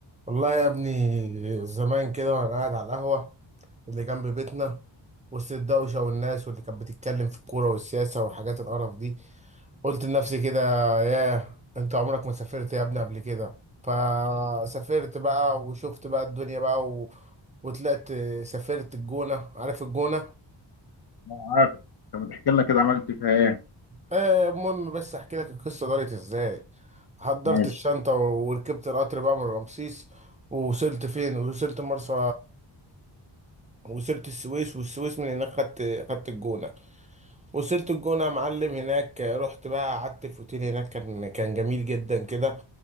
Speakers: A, on the right; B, on the left.
A: والله يا ابني زمان كده وانا قاعد على القهوة اللي جنب بيتنا وسط الدوشة والناس واللي كانت بتتكلم في الكورة والسياسة والحاجات القرف دي قلت لنفسي كده ياه انت عمرك ما سافرت يا ابني قبل كده فسافرت بقى وشفت بقى الدنيا بقى و... وطلعت سافرت الجونة عارف الجونة
B: أنا عارف طب ما تحكي لنا كده عملت فيها ايه
A: آه، المهم بس احكي لك القصة دارت ازاي حضرت
B: ماشي
A: الشنطة وركبت القطر بقى من رمسيس ووصلت فين وصلت مرسى وصلت السويس والسويس من هناك خدت خدت الجونة وصلت الجونة يا معلم هناك رحت بقى قعدت في اوتيل هناك كان كان جميل جدا كده